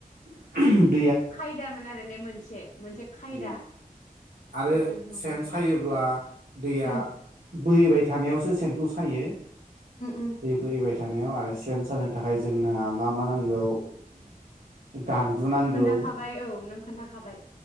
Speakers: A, on the right; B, on the left.
A: <inaudible>
B: खायदामोन आरो ने मोनसे मोनसे खायदा।
A: उम आरो
B: उम हुम
A: सेन
B: हुम।
A: सायोब्ला दैया बोहैबाय थानायावसो सेनखौ सायो।
B: उम
A: बेबै बाय थानायाव आरो सेन सानो थाखाय जोंना मा मा नांगौ गान्दु नांगौ
B: खोन्थाखाबाय औ नों खोन्थाखाबाय।